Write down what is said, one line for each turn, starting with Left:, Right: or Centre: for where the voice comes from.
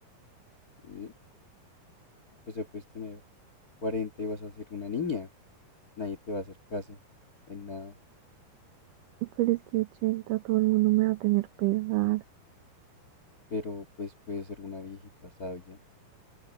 Left: sí. O sea, puedes tener 40 y vas a ser una niña. Nadie te va a hacer caso en nada.
Right: Pero es que 80 todo el mundo me va a tener pesar.
Left: Pero pues puedes ser una viejita sabia.